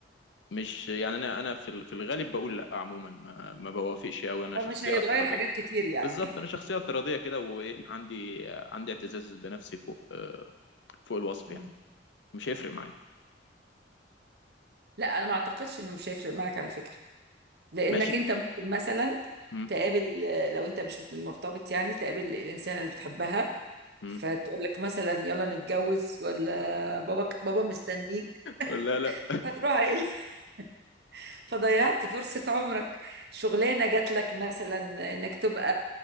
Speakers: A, on the left; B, on the right.
A: مش يعني انا انا في ال- في الغالب بقول لا عموما ما, ما بوافقش قوي انا
B: مش
A: شخصيه
B: هيتغير
A: اعتراضيه
B: حاجات كتير يعني
A: بالظبط انا شخصيه اعتراضيه كده وايه عندي عندي اعتزاز بنفسي فوق آه، فوق الوصف
B: مم.
A: يعني مش هيفرق معايا
B: لا انا ما اعتقدش انه مش هيفرق معك على فكرة لانك
A: ماشي
B: انت ممكن مثلا
A: م-
B: تقابل لو انت مش مرتبط يعني تقابل الانسان اللي بتحبها
A: م.
B: فتقول لك مثلا يلا نتجوز ولا بابا بابا مستنيك
A: لا لا
B: فتروح قايل- <laughs> فضيعت فرصة عمرك شغلانة جات لك مثلا انك تبقى